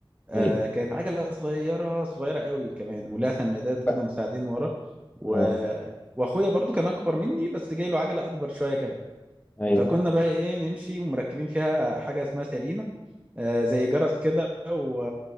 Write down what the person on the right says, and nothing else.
آه
كانت عجله صغيره صغيره قوي كمان ولها سندات كده
مساعدين ورا و...
واخويا برضو كان اكبر مني بس جاي له عجله اكبر شويه كمان
فكنا بقى ايه نمشي ومركبين فيها حاجه اسمها سيرينا آه زي جرس كده و...